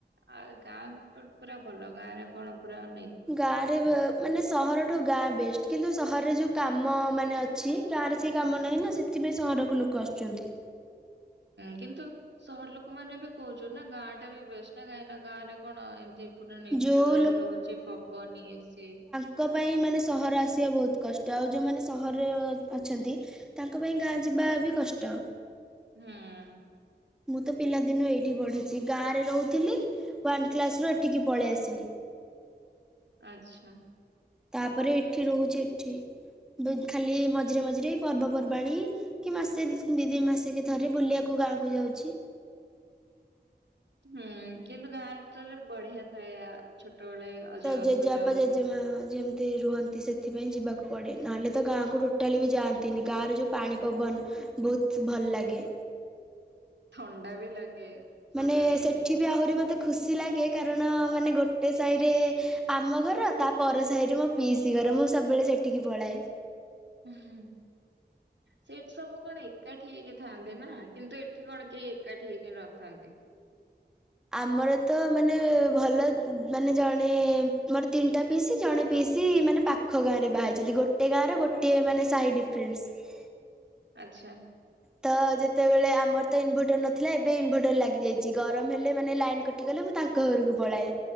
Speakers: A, on the right (about 80°); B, in the centre.
A: ଆ ଗାଁ ପୁରା ଭଲ ଗାଁ ରେ କଣ ପୁରା ନେଇ
B: ଗାଁ ରେ ମାନେ ସହରଠୁ ଗାଁ
A: ହୁଁ
B: ବେଷ୍ଟ କିନ୍ତୁ ସହରରେ ଯେଉଁ କାମ ମାନେ ଅଛି, ଗାଁରେ ସେଇ କାମ ନାହିଁ ନା, ସେଥିପାଇଁ ସହରକୁ ଲୋକ ଆସୁଛନ୍ତି।
A: କିନ୍ତୁ ସହର ଲୋକ ମାନେ ବି କହୁଛନ୍ତି ନା, ଗାଁ ଟା ବି ବେଷ୍ଟ ନା, କାହିଁକି ନା ଗାଁରେ କଣ ଏମିତି ପୁରା ନେଚୁରାଲ
B: ଯୋଉ
A: ହଉଛି ପବନ ଇଏ ସିଏ
B: ଙ୍କ ପାଇଁ ମାନେ ସହର ଆସିବା ବହୁତ କଷ୍ଟ, ଆଉ ଯେଉଁମାନେ ସହରରେ ଅଛନ୍ତି ତାଙ୍କ ପାଇଁ ଗାଁ ଯିବା ବି କଷ୍ଟ
A: ହୁଁ ଉଁ
B: ମୁଁ ତ ପିଲାଦିନୁ ଏଇଠି ବଢ଼ିଛି, ଗାଁରେ ରହୁଥିଲି ୱାନ୍ କ୍ଲାସ ରୁ ଏଠିକି ପଳେଇ ଆସିଲି।
A: ଆଛା।
B: ତାପରେ ଏଠି ରହୁଛି ଏଠି, ଖାଲି ମଝିରେ ମଝିରେ ପର୍ବପର୍ବାଣି - କି ମାସେଛନ୍ତି ଦି ଦି ମାସେକ ଥରେ ବୁଲିବାକୁ ଗାଁକୁ ଯାଉଛି।
A: ହୁଁ କିନ୍ତୁ ଗାଁରେ ବଢିଆ ଥାଏ ଛୋଟବେଳେ ଅଜାଘରକୁ
B: ତ ଜେଜେବାପା
A: ଯାଉ
B: ଜେଜେମା ଯେମତି ରୁହନ୍ତି। ସେଥିପାଇଁ ଯିବାକୁ ପଡ଼େ, ନହେଲେ ତ ଗାଁକୁ ଟୋଟାଲି ବି ଯାଆନ୍ତିନି, ଗାଁରେ ଯେଉଁ ପାଣି ପବନ - ବହୁତ ଭଲ ଲାଗେ।
A: ଥଣ୍ଡା ବି ଲାଗେ
B: ମାନେ
A: ଖରା ଦିନେ।
B: ସେଠି ବି ଆହୁରି ମୋତେ ଖୁସି ଲାଗେ, କାରଣ ମାନେ ଗୋଟେ ସାହିରେ - ଆମ ଘର ତା ପର ସାହିରେ ମୋ ପିଇସି ଘର, ମୁଁ ସବୁବେଳେ ସେଠିକି ପଳାଏ।
A: ହୁଁ ହୁଁ ସେଠି ସବୁ କଣ ଏକାଠି ହେଇକି ଥାଆନ୍ତି ନା, କିନ୍ତୁ ଏଠି କଣ କେହି ଏକାଠି ହେଇକି ନଥାନ୍ତି।
B: ଆମର ତ ମାନେ ଭଲ ମାନେ ଜଣେ ମୋର ତିନିଟା ପିସି ଜଣେ ପିସି ମାନେ - ପାଖ ଗାଁ ରେ ବାହାହେଇଛନ୍ତି, ଗୋଟେ ଗାଁ ର ଗୋଟଏ ମାନେ ସାହି ଡିଫରେନ୍ସ
A: ଆଛା।
B: ତ ଯେତେବେଳେ ଆମର ତ ଇନଭଟର ନଥିଲା, ଏବେ ଇନଭଟର ଲାଗି ଯାଇଛି, ଗରମ ହେଲେ - ମାନେ ଲାଇନ କଟି ଗଲେ, ମୁଁ ତାଙ୍କ ଘରକୁ ପଳାଏ।